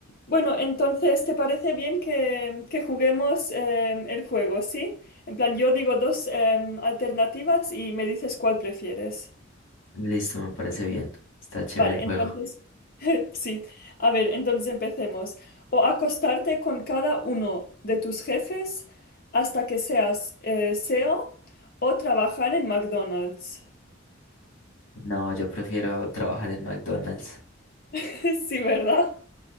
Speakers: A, on the left; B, on the left.
A: Bueno, entonces, ¿te parece bien que, que juguemos em, el juego, sí? En plan, yo digo dos em, alternativas y me dices cuál prefieres.
B: Listo, me parece bien. Está chévere
A: Vale,
B: el juego.
A: entonces, <laughs> sí. A ver, entonces empecemos. O acostarte con cada uno de tus jefes hasta que seas eh, CEO o o trabajar en McDonald's.
B: No, yo prefiero trabajar en McDonald's.
A: <laughs> Sí, ¿verdad?